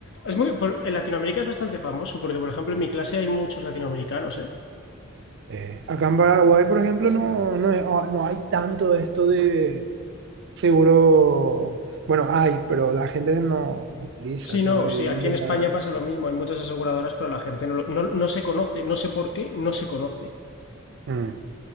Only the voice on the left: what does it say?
Es muy, por- en Latinoamérica es bastante famoso porque, por ejemplo, en mi clase hay muchos latinoamericanos, ¿eh?
Sí,
no,
sí,
aquí en España pasa lo mismo, hay muchas aseguradoras, pero la gente no, lo- no, no se conoce, no sé por qué, no se conoce.